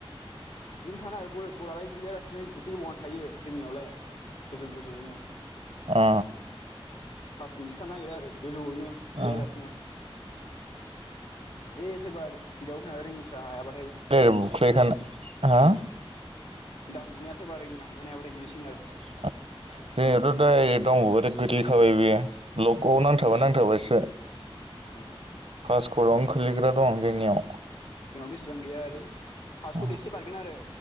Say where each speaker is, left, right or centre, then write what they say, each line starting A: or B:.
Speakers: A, on the left; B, on the right.
A: बिदिनो थानो आरो ब बल आलाय गैलैयालासिनो एसे गोबावानो थायो जोंनियावलाय गोजौ गोजौ ओइनो
B: अ
A: पास मिनिटसो थानो नागिरो आरो गोजौयैनो गोलैयालासिनो
B: ओ
A: ओइ‌ सोरबा स्पिडाव होनानै रोङिफ्रा हायाबा
B: दे बुख्लायखाना हा
A: दाउन बुनाया सोरबा‌ रोङिया हमथानो हायाबाथाय गोलैसि
B: <unintelligible> गोलैखाबाय बेयो ब्लकआव नांथाबा नांथाबायसो
A: ओ
B: पासकटआवनो खोलैग्रा दं जोंनियाव
A: जोंनावथ' इसिबां गैया ओरै पासकड
B: उम
A: एसे बारगोन आरो